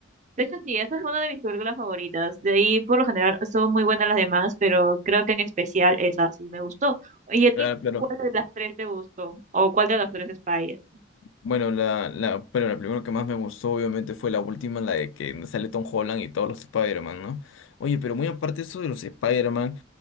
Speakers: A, on the right; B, on the left.
A: De hecho, sí, esa es una de mis películas favoritas. De ahí, por lo general, son muy buenas las demás, pero creo que en especial esa sí me gustó. ¿Y a ti
B: Claro, claro.
A: cuál de las tres te gustó? ¿O cuál de las tres Spider?
B: Bueno, la, la, pero la primera que más me gustó, obviamente, fue la última, la de que sale Tom Holland y todos los Spider-Man, ¿no? Oye, pero muy aparte de eso de los Spider-Man,